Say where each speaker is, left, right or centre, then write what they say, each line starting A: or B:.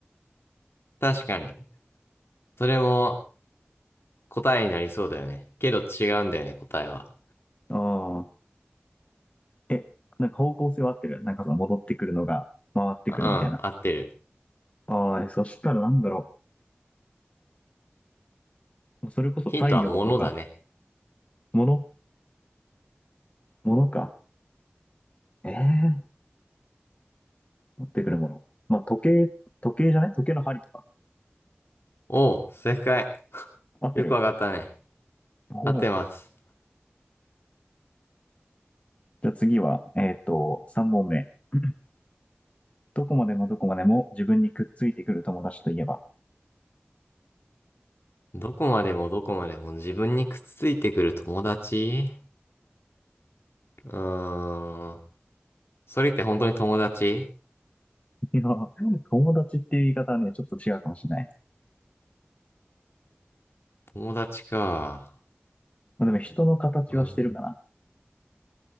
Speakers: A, on the left; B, on the left.
A: 確かに。それも答えになりそうだよね。けど違うんだよね、答えは。
B: ああ、え、なんか方向性は合ってるなんかその戻ってくるのが回ってくるみたいな。
A: うん、合ってる。
B: ああ、えそしたらなんだろう。それこそ太陽とか、
A: ヒントは物だね。
B: ものものか。ええ持ってくるもの。まあ、時計、時計じゃない時計の針とか。
A: おう、正解。
B: 合ってる
A: よくわかったね。
B: おお。
A: 合ってます。
B: じゃあ次は、えっと、3問目。<clears throat> どこまでもどこまでも自分にくっついてくる友達といえば。
A: どこまでもどこまでも自分にくっついてくる友達うーん。それって本当に友達
B: いや、友達っていう言い方はね、ちょっと違うかもしれない。
A: 友達か。
B: まあ、でも人の形はしてるかな。
A: うん。